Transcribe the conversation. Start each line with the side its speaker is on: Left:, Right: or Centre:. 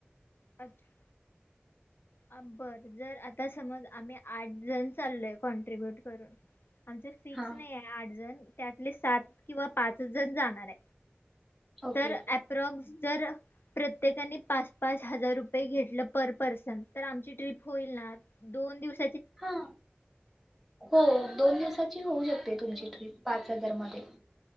Left: अच्छा. अ बरं जर आत्ता समज आम्ही आठ जण चाललोय कॉन्ट्रीब्युट करून आमचं फिक्स
Centre: हा
Left: नाहीये आठ जण. त्यातले सात किंवा पाचच जणं जाणारय.
Centre: ओके
Left: तर एप्रॉक्स जर प्रत्येकाने पाच-पाच हजार रुपये घेतलं पर पर्सन? तर आमची ट्रीप होईल ना? दोन दिवस
Centre: हां हो दोन दिवसा ची होऊ शकते तुमची ट्रीप पाच हजार मध्ये.